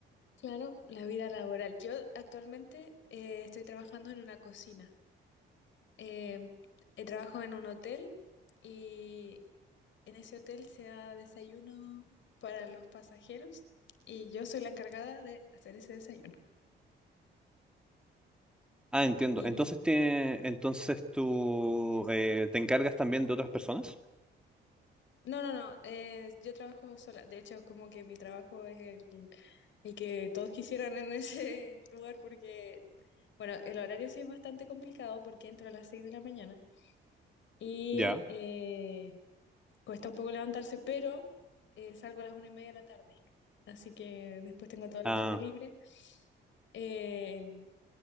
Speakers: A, on the left; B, in the centre.
A: Claro, la vida laboral. Yo actualmente eh, estoy trabajando en una cocina. Eh, eh, trabajo en un hotel y en ese hotel se da desayuno para los pasajeros y yo soy la encargada de hacer ese desayuno.
B: Ah, entiendo.
A: Y
B: Entonces, te, entonces tú eh, te encargas también de otras personas.
A: no, no, no, eh, yo trabajo sola. De hecho, como que mi trabajo es el, el que todos quisieran en ese <laughs> lugar porque, bueno, el horario sí es bastante complicado porque entro a las 6 de la mañana. y
B: Ya.
A: eh, cuesta un poco levantarse, pero eh, salgo a las una y media de la tarde. Así que después tengo toda la
B: Ah,
A: tarde libre. Eh,